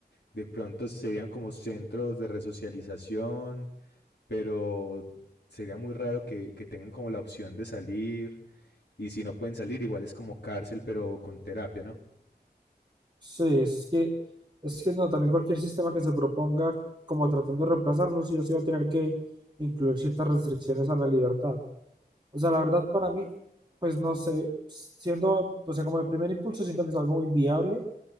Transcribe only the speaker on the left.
de pronto serían como centros de resocialización, pero sería muy raro que, que tengan como la opción de salir. Y si no pueden salir, igual es como cárcel, pero con terapia, ¿no?